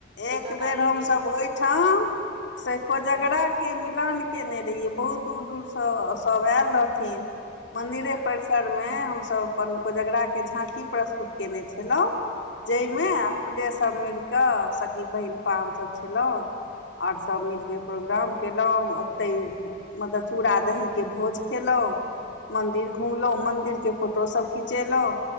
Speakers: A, on the left; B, on the right.
A: एक
B: ओतऽ
A: बेर
B: काली
A: हमसब
B: जी
A: ओयठाम सेकोजगड़ा
B: अहाँ
A: के मिलान केने रहियै बहुत दूर -दूरसँ सब ऐऽल रहथिन मन्दिरे
B: अच्छा
A: परिस्- सरमे हमसब अपन कोजगराके झाँकी प्रस्तुत केने छलहुँ जयमे
B: हूँ हूँ
A: पडे सब मिल कऽ सकी बहिनपा हमसब छलहुँ आओर सब मिलके प्रोग्राम केलहुॅँ तै- म-मतलब चूड़ा -दहीके भोज खेलहुँ। मन्दिर घुमलहुँ, मन्दिरके फोटोसब खिचेलहुँ